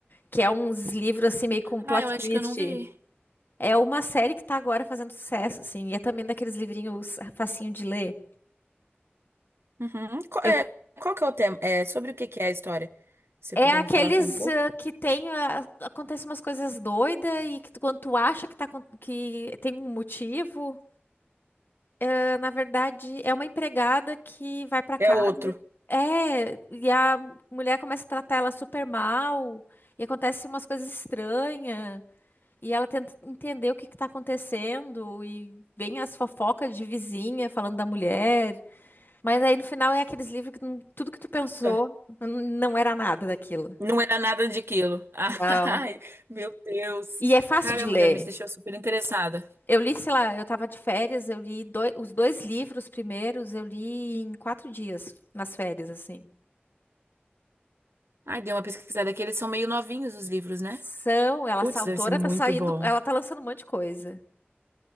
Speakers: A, on the left (about 60°); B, on the right (about 85°).
A: que é uns livros assim meio com plot
B: Ah, eu acho
A: twist.
B: que eu não vi.
A: É uma série que tá agora fazendo sucesso, assim, e é também daqueles livrinhos facinho de ler.
B: Uhum. Qual,
A: Eu-
B: é, qual que é o tema? É, sobre o que que é a história? Se você
A: É
B: puder
A: aqueles
B: me falar só um pouco.
A: ah, que tem, ah, acontecem umas coisas doidas e que tu- quando tu acha que, tá, acon- que tem um motivo, ah, na verdade é uma empregada que vai pra casa.
B: É outro.
A: É, e a mulher começa a tratar ela super mal, e acontece umas coisas estranhas, e ela tenta entender o que que tá acontecendo, e vem as fofocas de vizinha falando da mulher. Mas aí no final é aqueles livros que não- tudo que tu pensou
B: Tá.
A: n- não era nada daquilo.
B: Não era nada de quilo. <laughs>
A: Não.
B: Ai, meu Deus.
A: E é fácil
B: Caramba,
A: de ler.
B: já me deixou super interessada.
A: Eu li, sei lá, eu tava de férias, eu li doi- os dois livros primeiros, eu li em quatro dias, nas férias, assim.
B: Ai, dei uma pesquisada aqui. Eles são meio novinhos os livros, né?
A: São, ela,
B: Putz,
A: essa autora
B: deve ser muito
A: tá saindo,
B: bom.
A: ela tá lançando um monte de coisa.